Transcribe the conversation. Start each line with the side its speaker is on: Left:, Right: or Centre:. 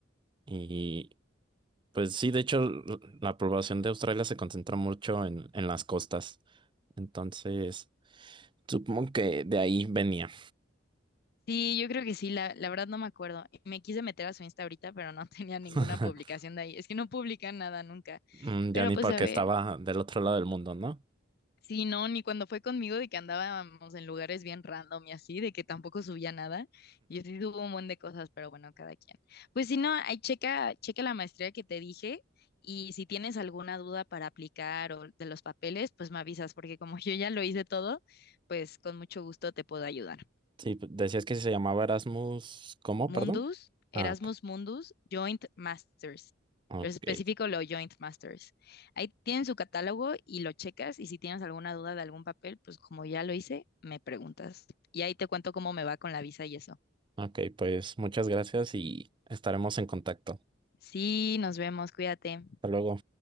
Right: y pues sí, de hecho l- la población de Australia se concentra mucho en, en las costas, entonces supongo que de ahí venía,
Left: Sí, yo creo que sí, la, la verdad no me acuerdo. Me quise meter a su Insta ahorita, pero no <laughs> tenía ninguna
Right: <laughs>
Left: publicación de ahí. Es que no publican nada nunca.
Right: Mm,
Left: Pero
Right: ya ni
Left: pues
Right: porque
Left: a ver,
Right: estaba del otro lado del mundo, ¿no?
Left: sí, no, ni cuando fue conmigo de que andábamos en lugares bien random y así, de que tampoco subía nada. Y así tuvo un montón de cosas, pero bueno, cada quien. Pues si no, ahí checa, checa la maestría que te dije y si tienes alguna duda para aplicar o de los papeles, pues me avisas, porque como <laughs> yo ya lo hice todo, pues con mucho gusto te puedo ayudar.
Right: Sí, p- decías que se llamaba Erasmus, ¿cómo?
Left: Mundus,
Right: Perdón.
Left: Erasmus
Right: Ah, ok.
Left: Mundus, Joint Masters.
Right: Ok,
Left: Pero específico lo Joint Masters. Ahí tienen su catálogo y lo checas y si tienes alguna duda de algún papel, pues como ya lo hice, me preguntas. Y ahí te cuento cómo me va con la visa y eso.
Right: ok, pues muchas gracias y estaremos en contacto.
Left: Sí, nos vemos, cuídate.
Right: Hasta luego.